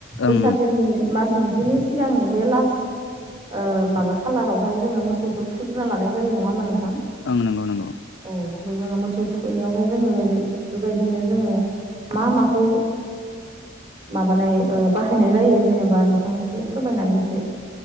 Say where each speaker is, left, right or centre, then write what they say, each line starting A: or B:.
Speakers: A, on the left (about 60°); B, on the right (about 30°).
A: ओं
B: बैसागोनि मास मोनसेनि सिगांनि बे लास ओ माबा खाालारावहाय जोङो मोसौखौ थुगोना लानाय जायो नङा होमबा नोंथां?
A: आं नंगौ नंगौ।
B: औ जोङो मोसौ थुखैनायावहाय जोङो बेबायदिनो जोङो मा माखौ माबानाय बाहायनाय जायो जेनेबा नोंथांनि ए फोरमायनानै होदो।